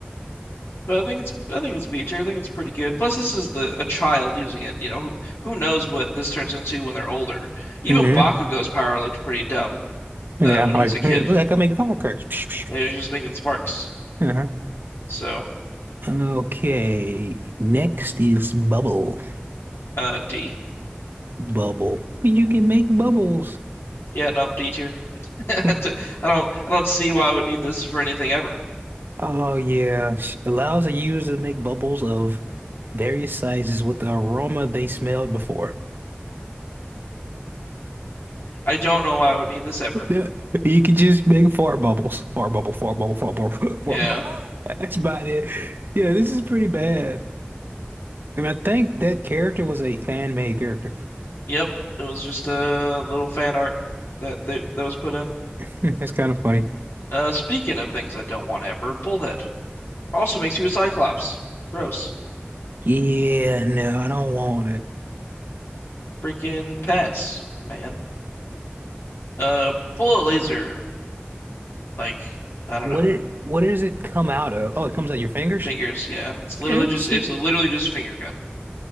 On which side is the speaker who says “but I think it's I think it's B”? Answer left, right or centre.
Left